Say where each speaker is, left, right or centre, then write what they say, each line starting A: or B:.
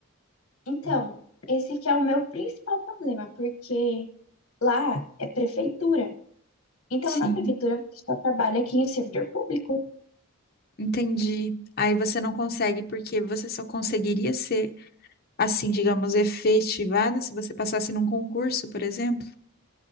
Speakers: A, on the left (about 65°); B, on the left (about 45°).
A: Então, esse que é o meu principal problema, porque Lá é prefeitura. Então,
B: Sim,
A: na prefeitura, você só trabalha aqui em servidor público.
B: entendi. Aí você não consegue, porque você só conseguiria ser, assim, digamos, efetivada se você passasse num concurso, por exemplo?